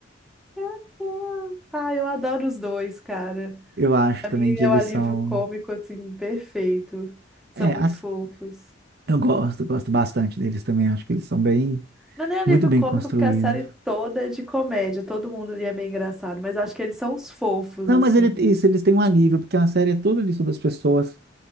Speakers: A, in the centre; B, on the right.
A: Meu Deus. Ai, eu adoro os dois, cara.
B: Eu acho
A: Pra
B: também
A: mim
B: que
A: é
B: eles
A: o alívio
B: são.
A: cômico, assim, perfeito. São
B: É,
A: muito
B: as-
A: fofos.
B: eu gosto, gosto bastante deles também. Acho que eles são bem,
A: Não é nem alívio
B: muito bem
A: cômico,
B: construídos.
A: porque a série toda é de comédia. Todo mundo ali é meio engraçado, mas eu acho que eles são os fofos,
B: Não,
A: assim,
B: mas ele,
A: né?
B: isso, eles têm um alívio, porque a série é toda ali sobre as pessoas